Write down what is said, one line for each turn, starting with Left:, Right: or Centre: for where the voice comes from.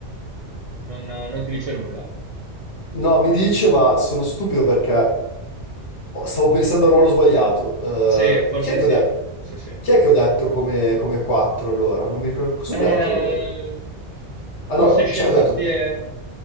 Right: Non, eh, non ti dice nulla?
Left: No, mi dice, ma sono stupido perché stavo pensando al ruolo sbagliato. Eh,
Right: Sì, forse
Left: chi è che
Right: sì.
Left: ho de-
Right: Forse sì.
Left: chi è che ho detto come, come 4 allora? Non mi ricordo cosa
Right: Eh,
Left: ho detto allora io.
Right: forse
Left: Ah no,
Right: Chambattier.
Left: cioè ho detto